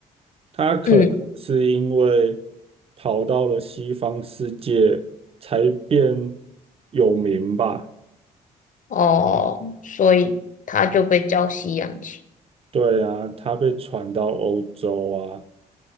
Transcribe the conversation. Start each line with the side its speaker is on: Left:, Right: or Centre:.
Right: 他可能是因为
Left: 嗯，
Right: 跑到了西方世界才变有名吧？
Left: 哦，所以它就被叫西洋棋。
Right: 对啊，他被传到欧洲啊，